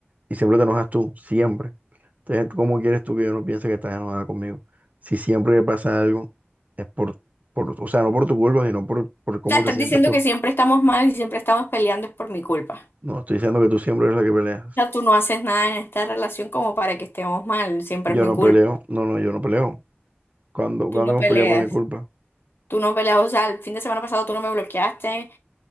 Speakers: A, on the right; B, on the left.
A: Y siempre te enojas tú, siempre. Entonces, ¿cómo quieres tú que yo no piense que estás enojada conmigo? Si siempre que pasa algo, es por, por, o sea, no por tu culpa, sino por, por cómo
B: sea, estás
A: te sientes
B: diciendo
A: tú.
B: que siempre estamos mal y siempre estamos peleando es por mi culpa.
A: No, estoy diciendo que tú siempre eres la que peleas.
B: O sea, tú no haces nada en esta relación como para que estemos mal, siempre
A: Yo
B: es mi
A: no
B: culpa.
A: peleo, no, no, yo no peleo. ¿Cuándo,
B: Tú
A: cuándo
B: no
A: hemos
B: peleas,
A: peleado por mi culpa?
B: tú no peleas, o sea, el fin de semana pasado tú no me bloqueaste,